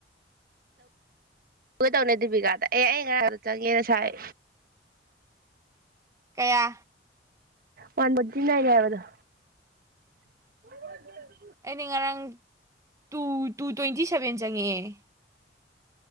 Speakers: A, on the right; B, on the right.
A: ꯇꯧꯅ ꯗꯦꯕꯤꯀꯥꯗ ꯑꯦ ꯑꯩ ꯉꯔꯥꯡꯗ ꯆꯪꯉꯦꯅ ꯁꯥꯏ
B: ꯀꯌꯥ
A: ꯋꯥꯟ ꯃꯗꯟ ꯏꯗ ꯌꯥꯎꯗꯨꯣ <unintelligible>
B: ꯑꯩꯅ ꯉꯔꯥꯡ ꯇꯨ ꯇꯨ ꯇ꯭ꯋꯦꯟꯇꯤ ꯁꯚꯦꯟ ꯆꯪꯉꯛꯑꯦ